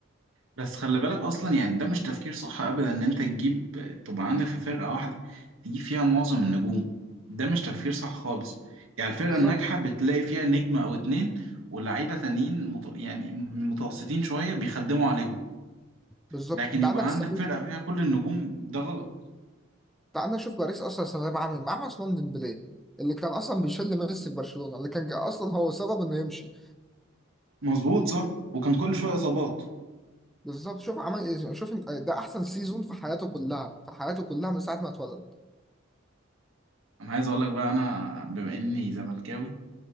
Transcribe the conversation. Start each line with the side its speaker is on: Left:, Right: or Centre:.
Right: بس خلي بالك اصلا يعني ده مش تفكير صح ابدا ان انت تجيب تبقى عندك في فرقه واحده تجيب فيها معظم النجوم ده مش تفكير صح خالص يعني الفرقه
Centre: بالظبط
Right: الناجحه بتلاقي فيها نجم او اتنين ولاعيبه تانيين مت... يعني متوسطين شويه بيخدموا عليهم
Centre: بالظبط
Right: لكن
Centre: انت
Right: يبقى
Centre: عندك استفاد
Right: عندك فرقه فيها كل النجوم ده غلط
Centre: تعال نشوف باريس اصلا السنه دي عامل معاه عثمان ديمبلي اللي كان اصلا بيشل ميسي في برشلونه اللي كان جا- اصلا هو سبب انه يمشي
Right: مظبوط صح وكان كل شويه اصابات
Centre: بالظبط شوف عمل ايه شوف انت- ده احسن سيزون في حياته كلها في حياته كلها من ساعه ما اتولد
Right: انا عايز اقول لك بقى انا بما اني زملكاوي